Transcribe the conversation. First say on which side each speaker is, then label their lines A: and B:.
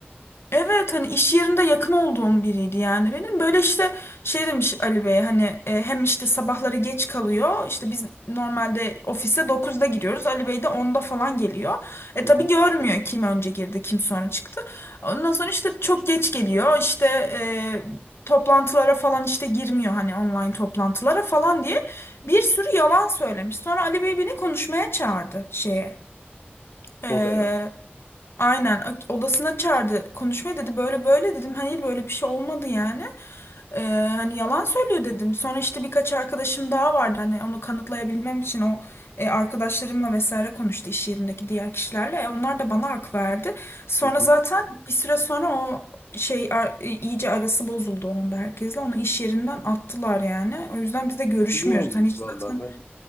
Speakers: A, on the left; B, on the left.
A: Evet hani iş yerinde yakın olduğum biriydi yani benim. Böyle işte şey demiş Ali Bey hani e, hem işte sabahları geç kalıyor. İşte biz normalde ofise dokuzda gidiyoruz. Ali Bey de onda falan geliyor. E
B: Hı
A: tabii
B: hı.
A: görmüyor kim önce girdi kim sonra çıktı. Ondan sonra işte çok geç geliyor. İşte e, toplantılara falan işte girmiyor hani online toplantılara falan diye bir sürü yalan söylemiş. Sonra Ali Bey beni konuşmaya çağırdı şeye. e,
B: O da ya.
A: Aynen o- odasına çağırdı konuşmaya dedi böyle böyle dedim hani böyle bir şey olmadı yani Ee, hani yalan söylüyor dedim sonra işte birkaç arkadaşım daha vardı hani onu kanıtlayabilmem için o e, arkadaşlarımla vesaire konuştu iş yerindeki diğer kişilerle E, onlar da bana hak verdi sonra
B: Hı hı.
A: zaten bir süre sonra o şey ar- e, iyice arası bozuldu onun da herkesle onu iş yerinden attılar yani o yüzden biz de görüşmüyoruz
B: İyi olmuş
A: hani hiç
B: vallahi.
A: zaten
B: Ben